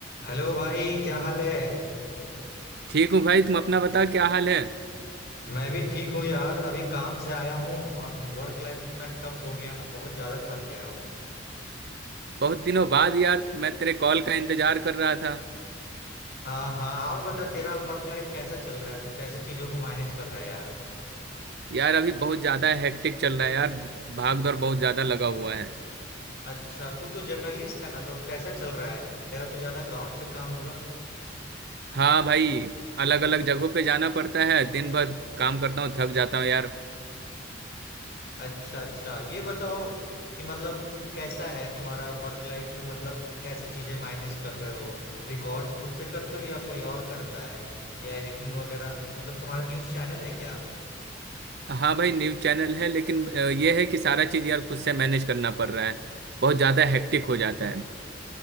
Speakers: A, on the left; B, on the right.
A: Hello भाई क्या हाल है
B: ठीक हूँ भाई तुम अपना बता क्या हाल है
A: मैं भी ठीक हूँ यार अभी काम से आया हूँ और वर्क लाइफ इतना टफ हो गया ना बहुत ज्यादा थक गया हूँ
B: बहुत दिनों बाद यार मैं तेरे कॉल का इंतजार कर रहा था
A: हाँ हाँ और बता तेरा वर्क लाइफ कैसा चल रहा है तू कैसे चीजों को मैनेज कर रहा है यार
B: यार अभी बहुत ज्यादा हेक्टिक चल रहा है यार भाग दौड़ बहुत ज्यादा लगा हुआ है
A: अच्छा तू तो जर्नलिस्ट है ना तो कैसा चल रहा है तेरा तो ज्यादा ग्राउंड पे काम होगा
B: हाँ भाई अलग अलग जगहों पे जाना पड़ता है दिन भर काम करता हूँ थक जाता हूँ यार
A: अच्छा अच्छा ये बताओ कि मतलब कैसा है तुम्हारा वर्क लाइफ मतलब कैसे चीजें मैनेज कर रहे हो रिकॉर्ड खुद से करते हो या कोई और करता है या एडिटिंग वगैरह मतलब तुम्हारा न्यूज़ चैनल है क्या
B: हाँ भाई न्यूज चैनल है लेकिन अ, ये है कि सारा चीज यार खुद से मैनेज करना पड़ रहा है बहुत ज्यादा हेक्टिक हो जाता है